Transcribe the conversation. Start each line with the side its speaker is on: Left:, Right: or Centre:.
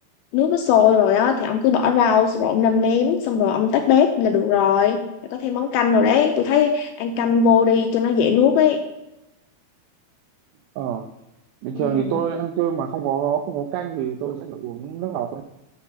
Left: nước nó sôi rồi á thì ông cứ bỏ rau xong rồi ông nêm nếm xong rồi ông tắt bếp là được rồi. Rồi Có thêm món canh rồi đấy, tôi thấy ăn canh vô đi cho nó dễ nuốt ấy.
Right: Ờ, bình
Left: Ừ.
Right: thường thì tôi ăn cơm mà không có không có canh thì tôi sẽ phải uống nước lọc ấy.